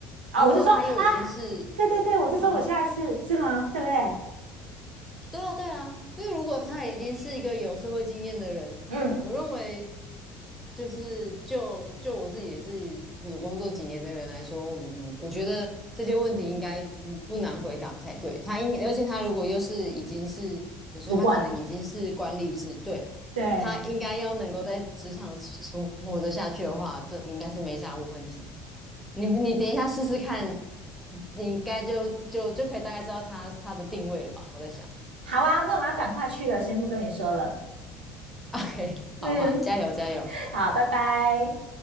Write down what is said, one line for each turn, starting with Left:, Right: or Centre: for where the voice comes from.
Right: 啊，
Centre: 如果他又已经是
Right: 我就说啊，对对对，我就说我下一次是吗？
Centre: <laughs> 哈哈。
Right: 对不对？
Centre: 对啊，对啊，因为如果他已经是一个有社会经验的人，
Right: 嗯，
Centre: 我认为就是就就我自己也是有工作几年的人来说，嗯，我觉得这些问题应该嗯不难回答才对。他应，而且他如果又是已经是你说他可能已经是管理职，
Right: 主管，
Centre: 对，
Right: 对，
Centre: 他应该要能够在职场存活得下去的话，这应该是没啥问题。你你等一下试试看，你应该就就就可以大概知道他他的定位了吧？我在想。
Right: 好啊，那我要赶快去了，先不跟你说了。
Centre: OK，
Right: 嗯。
Centre: 好啊，加油加油，
Right: 好，拜拜。